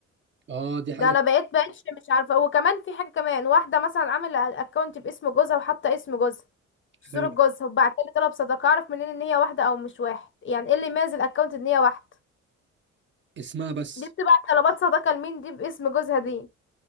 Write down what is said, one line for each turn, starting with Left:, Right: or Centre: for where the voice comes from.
Right: اه دي حاجه
Left: ده انا بقيت بقيتش مش عارفه وكمان في حاجه كمان واحده مثلا عامله الاكونت باسم جوزها وحاطه اسم جوزها صوره
Right: حلو.
Left: جوزها وبعت لي طلب صداقه اعرف منين ان هي واحده او مش واحد يعني ايه اللي يميز الاكونت ان هي واحده
Right: اسمها بس
Left: دي بتبعت طلبات صداقة لمين دي باسم جوزها دي